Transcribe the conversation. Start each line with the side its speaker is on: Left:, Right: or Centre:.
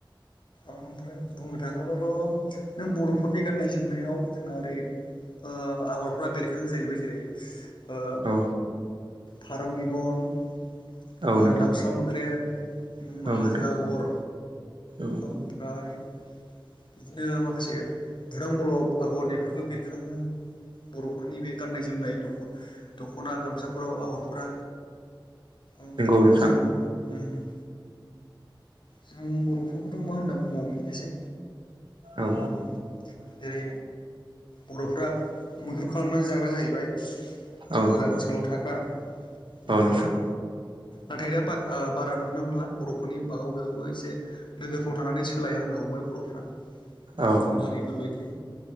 Left: ओमफ्राय बुंनो थाङोबाथ' नों बर'फोरनि गाननाय जोमनायाव जोंना ओरै ओ आगरफ्रा बेरखांयो जाहैबाय जेरै ओ
Right: औ
Left: फारौ मेगन ओ
Right: औ नोंथां
Left: दाउसा मोख्रेब। उम
Right: औ
Left: हाजो
Right: नोंथां
Left: आगर
Right: औ
Left: ओमफ्राय बिदिनो माखासे बुदां बलब आगर बेफोरबो बेरखाङो। बर'फोरनि बे गाननाय जोमनाय दख दख'ना गामसाफोराव आगरफ्रा ओमफाय
Right: नंगौ नोंथां
Left: जों उम। जों बर'फोरखौथ' मा होनना बुंबावो बेनोसै।
Right: औ
Left: उम जेरै बर'फ्रा मैहुर खालामनानै जाग्रा जाहैबाय।
Right: औ
Left: हाग्रा
Right: नोंथां
Left: ओनसोलाव थाग्रा। उम
Right: औ नोंथां।
Left: नाथाय दा बा ओ बारा नुनो मोनला बरफ फोरनि बागाव बेखौबो एसे नोगोरफ्राव थांनानै सोलायहांनो हमबाय बर'फ्रा।
Right: औ
Left: गुबुन हारिफोर बायदि